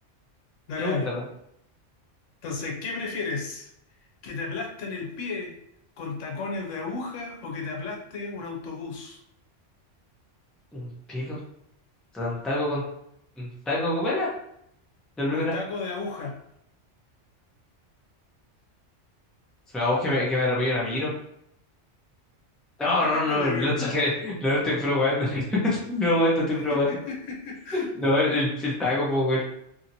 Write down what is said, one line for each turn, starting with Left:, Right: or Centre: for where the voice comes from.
Left: Dale,
Centre: pregúntame.
Left: dale. Entonces, ¿qué prefieres? ¿Que te aplasten el pie con tacones de aguja o que te aplaste un autobús?
Centre: ¿Un pie con un taco con un taco? ¿Cómo era? La primera.
Left: Un taco de aguja,
Centre: Vamos, que me, que me atropelle un amigo. No,
Left: <laughs>
Centre: no, no,
Left: de
Centre: no
Left: verdad.
Centre: exageré. No, no estoy probando. <laughs> Estoy probando, estoy probando.
Left: <laughs>
Centre: No, el, el, el taco, pues, weón.